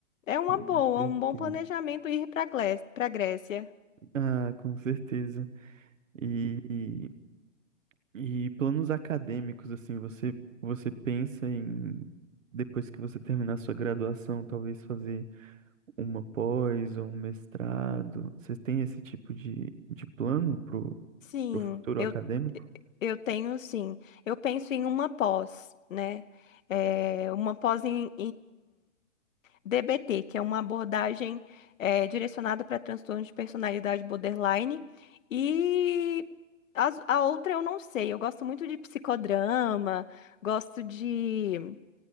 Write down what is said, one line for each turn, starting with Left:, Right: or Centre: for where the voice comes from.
Left: É uma
Right: com
Left: boa,
Right: certeza.
Left: um bom planejamento ir para para Grécia.
Right: Ah, com certeza. E, e planos acadêmicos, assim, você, você pensa em, depois que você terminar sua graduação, talvez fazer uma pós ou um mestrado? Vocês têm esse tipo de, de plano pro,
Left: Sim,
Right: pro futuro
Left: eu,
Right: acadêmico?
Left: eu tenho sim. Eu penso em uma pós, né? É, uma pós em DBT, que é uma abordagem eh, direcionada para transtorno de personalidade borderline. E as- a, outra eu não sei. Eu gosto muito de psicodrama, gosto de,